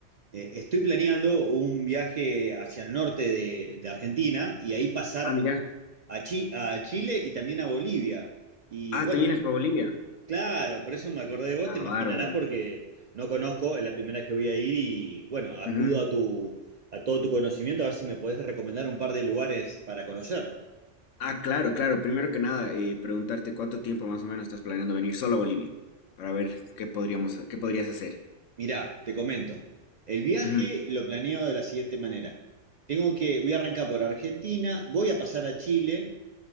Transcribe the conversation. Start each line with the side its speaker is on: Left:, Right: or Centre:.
Right: eh, estoy planeando un viaje hacia el norte de, de Argentina y ahí pasar
Left: Ah, mira.
Right: a, Chi- a Chile y también a Bolivia. Y
Left: Ah,
Right: bueno,
Left: ¿te vienes para Bolivia?
Right: claro, por eso me acordé de vos,
Left: Ah,
Right: te imaginarás
Left: bárbaro.
Right: porque no conozco, es la primera vez que voy a ir y bueno, acudo
Left: Ujú.
Right: a tu, a todo tu conocimiento a ver si me podés recomendar un par de lugares para conocer.
Left: Ah, claro, claro. Primero que nada, eh, preguntarte cuánto tiempo más o menos estás planeando venir solo a Bolivia, para ver qué podríamos, qué podrías hacer.
Right: Mirá, te comento. El viaje
Left: Ujú.
Right: lo planeo de la siguiente manera. Tengo que, voy a arrancar por Argentina, voy a pasar a Chile